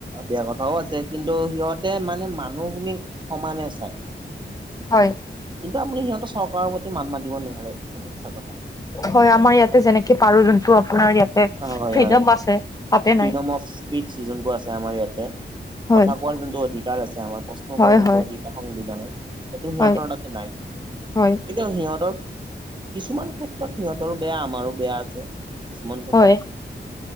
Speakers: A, on the right; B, on the left.
A: বেয়া কথাও আছে, কিন্তু সিহঁতে মানে মানুহখিনিক সমানে চাই।
B: হয়।
A: কিন্তু আপুনি সিহঁতৰ চৰকাৰৰ প্ৰতি মাত মাতিব নোৱাৰে, সেইটো সঁচা কথা।
B: হয়, আমাৰ ইয়াতে যেনেকে পাৰো যোনটো আপোনাৰ ইয়াতে
A: হয়
B: ফ্ৰীডম
A: হয়
B: আছে। তাতে
A: ফ্ৰীডম
B: নাই
A: অফ স্পিচ যোনটোৰ আছে আমাৰ ইয়াতে,
B: হয়
A: কথা কোৱাৰ যোনটো অধিক - কাৰ আছে আমাৰ, প্ৰশ্ন
B: হয়
A: কৰা যোনটো
B: হয়
A: অধিকাৰ সংবিধানৰ, সেইটো সিহঁতৰ
B: হয়
A: তাতে নাই। কিন
B: হয়
A: - কিন্তু সিহঁতৰ কিছুমান ক্ষেত্ৰত সিহঁতৰো বেয়া, আমাৰো বেয়া আছে, কিছুমান -
B: হয়,